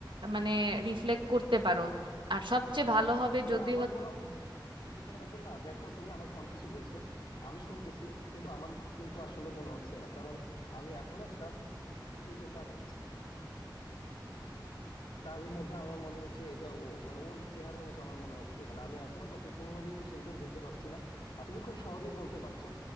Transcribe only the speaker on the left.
না
আমার মনে হয় এখন না দেখো তুমি আমাকে অনেক কিছু বলছো আমি শুনতেছি কিন্তু আমার কিন্তু আসলে মনে হচ্ছে না কারণ আমি এখনো যার দিকে তাকাচ্ছি তার মধ্যে আমার মনে হচ্ছে এটা ও মানে ওর চেহারার মতো আমার মনে হচ্ছে মানে আমি এখনো তাকে কোনোভাবেই কিছুতে ভুলতে পারছি না আর তুমি খুব সহজেই বলতে পারছো